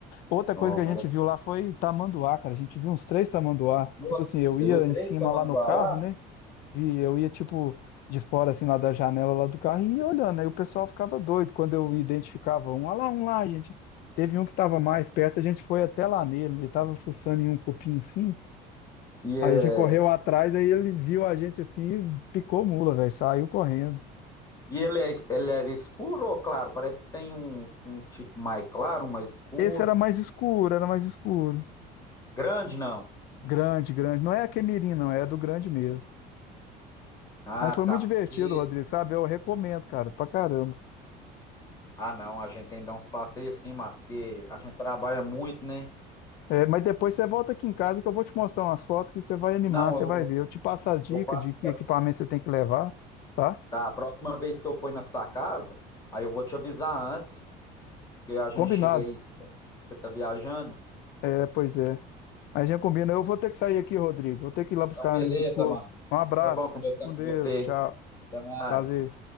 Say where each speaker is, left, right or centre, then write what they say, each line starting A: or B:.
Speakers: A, on the left; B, on the left.
A: Outra
B: Nó,
A: coisa que
B: maravilha.
A: a gente viu lá foi tamanduá, cara. A gente viu uns três tamanduá.
B: Nossa,
A: Tipo assim, eu
B: você
A: ia
B: viu três
A: em cima
B: tamanduá
A: lá no carro,
B: lá?
A: né? E eu ia, tipo, de fora, assim, lá da janela lá do carro e ia olhando. Aí o pessoal ficava doido quando eu identificava um. Olha lá, um lá, gente. Teve um que tava mais perto, a gente foi até lá nele. Ele tava fuçando em um cupim assim.
B: E, é,
A: Aí a gente correu atrás, aí ele viu a gente assim, e picou mula, velho, saiu correndo.
B: E ele, é, ele era escuro ou claro? Parece que tem um, um tipo mais claro, um mais escuro.
A: Esse era mais escuro, era mais escuro.
B: Grande, não.
A: Grande, grande. Não é a Quemirim, não, é a do grande mesmo.
B: Ah,
A: Mas foi
B: tá.
A: muito divertido,
B: Porque.
A: Rodrigo, sabe? Eu recomendo, cara, pra caramba.
B: Ah, não, a gente tem que dar uns passeios assim, mas porque a gente trabalha muito, né?
A: É, mas depois você volta aqui em casa que eu vou te mostrar umas fotos que você vai animar,
B: Não,
A: você
B: eu,
A: vai
B: eu,
A: ver. Eu te passo as dicas
B: eu passo.
A: de que equipamento você tem que levar, tá?
B: Tá, a próxima vez que eu for na sua casa, aí eu vou te avisar antes, porque a gente
A: Combinado.
B: chega aí, você tá, você tá viajando.
A: É, pois é. Mas já combina. Eu vou ter que sair aqui, Rodrigo. Vou ter que ir lá buscar
B: Então, beleza,
A: a minha esposa.
B: mano.
A: Um abraço.
B: Foi bom conversar
A: Fique Com
B: com
A: Deus.
B: você.
A: Tchau.
B: Até mais.
A: Prazer.